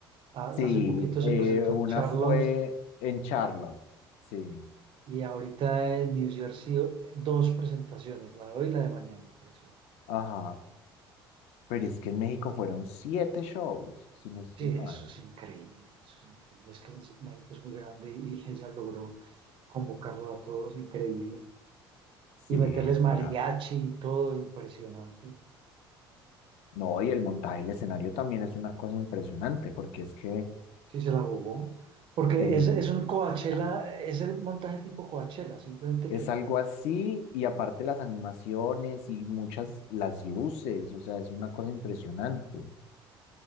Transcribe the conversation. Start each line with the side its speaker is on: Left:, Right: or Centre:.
Right: Ha-
Left: Sí,
Right: hace poquito se
Left: eh,
Right: presentó
Left: una
Right: en Charlotte
Left: fue en Charlotte, sí,
Right: y ahorita en New Jersey dos presentaciones, la de hoy y la de mañana. Impresionante.
Left: ajá, pero es que en México fueron siete shows, si no estoy
Right: Sí,
Left: mal.
Right: eso es increíble, eso es increíble. Es que México es muy grande y ella logró convocarlo a todos, increíble.
Left: Sí,
Right: Y meterles
Left: o sea,
Right: mariachi y todo, impresionante.
Left: no, y el montaje del escenario también es una cosa impresionante, porque es que
Right: Sí, se la jugó. Porque
Left: el,
Right: es, es un Coachella,
Left: ah,
Right: es el montaje tipo Coachella, simplemente
Left: es
Right: que
Left: algo así, y aparte las animaciones y muchas, las luces, o sea, es una cosa impresionante.